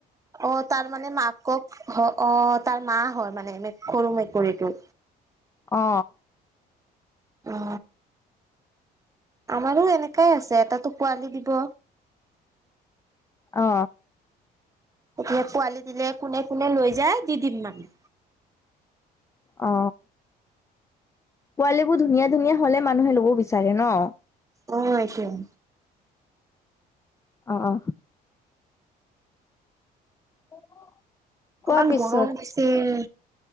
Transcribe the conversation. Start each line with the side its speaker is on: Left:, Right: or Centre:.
Right: অ তাৰ মানে মাকক, অ তাৰ মা হয় মানে মেকুৰী কুৰীটো
Left: অ।
Right: অ। আমাৰো এনেকাই আছে। এটাতো পোৱালি দিব।
Left: অ।
Right: তেতিয়া পোৱালি দিলে কোনে কোনে লৈ যায় দি দিম মানে।
Left: অ। পোৱালিবোৰ ধুনীয়া ধুনীয়া হলে মানুহে লব বিচাৰে ন।
Right: অ এটোয়েই।
Left: অ-অ। <unintelligible> কোৱা
Right: ইমান
Left: পিছত।
Right: গৰম দিছিল